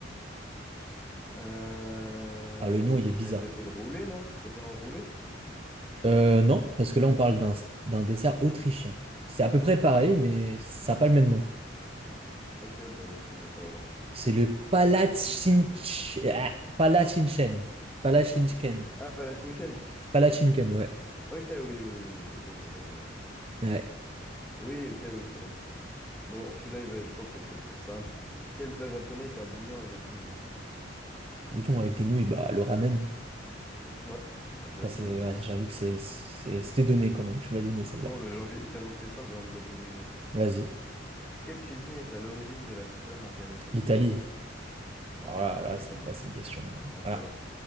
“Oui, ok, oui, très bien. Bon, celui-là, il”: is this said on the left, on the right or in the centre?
Centre